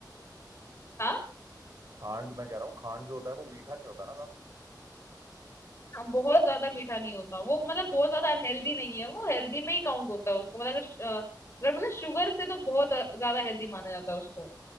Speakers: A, on the left; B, on the right.
A: हाँ
B: खांड मैं कह रहा हूँ खांड जो होता है वो मीठा नहीं होता ना ज्यादा
A: हाँ, बहुत ज्यादा मीठा नहीं होता वो मतलब बहुत ज्यादा
B: हाँ
A: अनहेल्दी नहीं है वो हेल्दी में ही काउंट होता है उसको मतलब अगर श- अ, अगर मतलब शुगर से तो बहुत अ, ज्यादा हेल्दी माना जाता है उसको